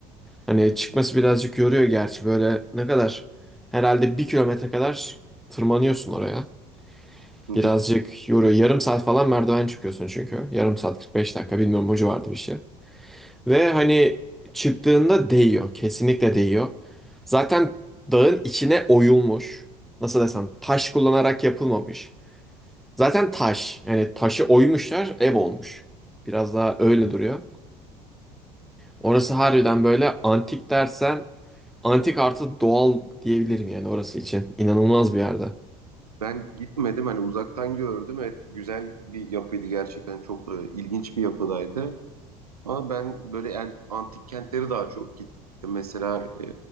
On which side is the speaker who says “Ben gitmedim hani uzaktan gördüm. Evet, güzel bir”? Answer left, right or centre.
Right